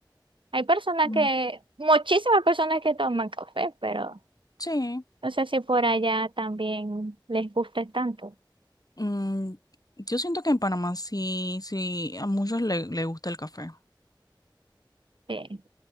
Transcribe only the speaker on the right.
Hay personas
que, muchísimas personas que toman café, pero
no sé si por allá también les guste tanto.
Sí,